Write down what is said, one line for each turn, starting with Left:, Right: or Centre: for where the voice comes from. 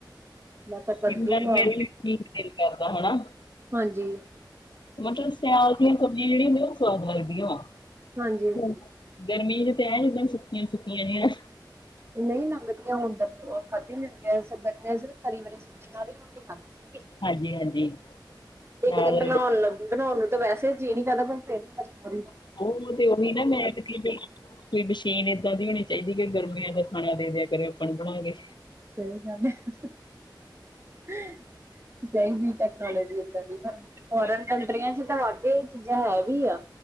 Right: ਮਸਾ
Left: ਸ਼ਿਮਲਾ
Right: ਕੱਦੂ
Left: ਮਿਰਚ
Right: ਆ।
Left: ਵੀ ਨੀ ਦਿਲ ਕਰਦਾ ਹਨਾ।
Right: ਹਾਂਜੀ।
Left: ਮਤਲਬ ਸਿਆਲ ਦੀਆਂ ਸਬਜ਼ੀਆਂ ਜਿਹੜੀਆਂ ਹੁੰਦੀ ਉਹ ਸਵਾਦ ਲੱਗਦੀਆਂ ਵਾ।
Right: ਹਾਂਜੀ ਹਾਂਜੀ
Left: ਗਰਮੀ ਚ ਤਾਂ ਹੈ ਜਦਾਂ ਸੁੱਕੀਆਂ ਸੁੱਕੀਆਂ ਜਿਹਾ।
Right: ਨਹੀਂ ਲੰਘਦੀਆਂ ਹੁਣ ਤਾ ਖਾਧੀਆ ਜਾਦੀਆ <unintelligible> ਤਰੀ ਵਾਲੀ ਸਬਜ਼ੀ ਨਾਲ ਵੀ ਰੋਟੀ ਖਾਧੀ
Left: ਹਾਂਜੀ-ਹਾਂਜੀ,
Right: ਤੇ ਇਕ
Left: ਨਾਲ
Right: ਦਿਨ ਬਣਾਉਣ ਲੱਗੇ ਬਣਾਉਣ ਨੂੰ ਤਾਂ ਵੈਸੇ ਜੀਅ ਨੀ ਕਹਿੰਦਾ ਬ ਮਜਬੂਰੀ ਆ
Left: <unintelligible> ਮਸ਼ੀਨ ਏਦਾਂ ਦੀ ਹੋਣੀ ਚਾਹੀਦੀ ਕਿ ਗਰਮੀਆਂ ਦਾ ਖਾਣਾ ਦੇ ਦਿਆ ਕਰੇ ਆਪਾਂ ਬਣਾ ਕੇ।
Right: ਸਹੀ ਗੱਲ ਏ। ਚਾਹੀਦੀ ਟੈਕਨੋਲੋਜੀ ਏਦਾਂ ਦੀ ਪਰ ਫੋਰਨ ਕੰਟਰੀਆਂ ਚ ਤਾਂ ਵਾਧੂ ਚੀਜ਼ਾਂ ਹੈ ਵੀ ਆ।